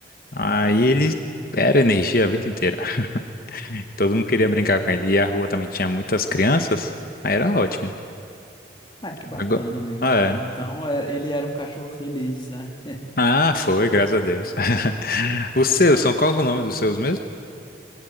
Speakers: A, on the left; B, on the left.
A: Aí ele era energia a vida inteira. <laughs> Todo mundo queria brincar com ele. E a rua também tinha muitas crianças. Aí era ótimo.
B: Ah, que bacana,
A: Agora,
B: amigo,
A: é.
B: então. Então, é, ele era um cachorro feliz, né?
A: Ah, foi, graças a Deus. <laughs> Os seus, são qual o nome dos seus mesmo?